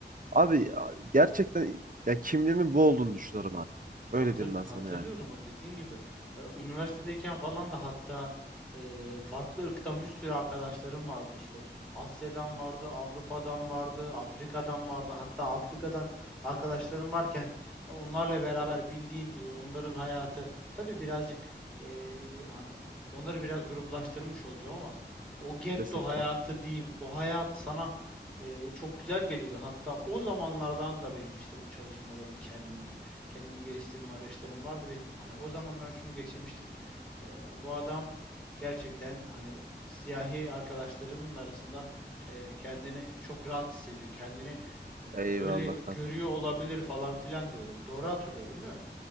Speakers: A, on the right (about 50°); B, in the centre.
A: Abi ya, gerçekten ya kimliğimin bu olduğunu düşünüyorum artık.
B: Hatır,
A: Öyle diyeyim
B: hatırlıyorum
A: ben sana yani.
B: o dediğin gibi. E, Üniversitedeyken falan da hatta e, farklı ırktan bir sürü arkadaşlarım vardı işte. Asya'dan vardı, Avrupa'dan vardı, Afrika'dan vardı. Hatta Afrika'dan arkadaşlarım varken onlarla beraber bildiğin e, onların hayatı tabii birazcık e, hani onları biraz gruplaştırmış olacağım ama o getto
A: Kesinlikle.
B: hayatı diyeyim, o hayat sana e, çok güzel geliyordu. Hatta o zamanlardan da benim işte bu çalışmalarım kendimce kendimi geliştirme araçlarım vardı ve hani o zaman ben şunu geçirmiştim. Ee, bu adam gerçekten hani siyahi arkadaşlarının arasında e, kendini çok rahat hissediyor. Kendini e, öyle
A: Eyvallah
B: görüyor
A: kankam.
B: olabilir falan filan diyordum. Doğru hatırlıyorum değil mi?